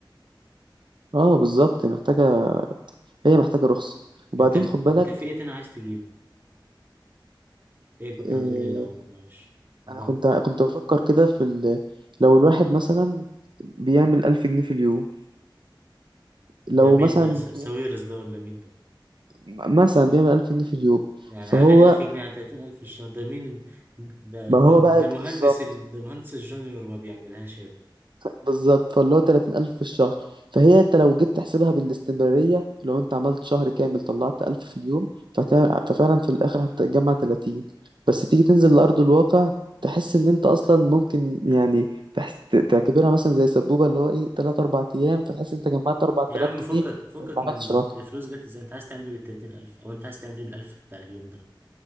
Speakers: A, on the right (about 65°); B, on the right (about 25°).
A: اه بالظبط محتاجه هي محتاجه رخصه وبعدين
B: أنت في...
A: خد بالك
B: أنت في إيه تاني عايز تجيبه؟ إيه كنت
A: آه،
B: هتقولي الأول معلش قطعت
A: انا كنت كنت بفكر كده في ال... لو الواحد مثلا بيعمل ألف جنيه في اليوم لو
B: ده مين
A: مثلا
B: ده س- ساويرس
A: بي...
B: ده ولا مين ده؟
A: مثلا بيعمل ألف جنيه في اليوم
B: يعني
A: فهو
B: عارف يعني 1000 جنيه على 30000 في الشهر ده مين ده
A: ما
B: ده
A: هو
B: ده
A: بقى
B: المهندس
A: بالظبط
B: ال... ده المهندس الجونيور ما بيعملهاش يا ابني
A: بالظبط فاللي هو 30000 في الشهر فهي انت لو جيت تحسبها بالاستمرارية لو انت عملت شهر كامل طلعت 1000 في اليوم فت- ففعلا في الآخر هتجمع 30 بس تيجي تنزل لأرض الواقع تحس ان انت اصلا ممكن يعني تحس ت- تعتبرها مثلا زي سبوبة اللي هو ايه 3 4 ايام فتحس انت جمعت 4000
B: يا عم
A: جنيه
B: فكك فكك
A: فما
B: من
A: عملتش رقم
B: الفلوس جت ازاي انت عايز تعمل ايه بال 30000 او انت عايز تعمل ايه بالألف بتاع اليوم ده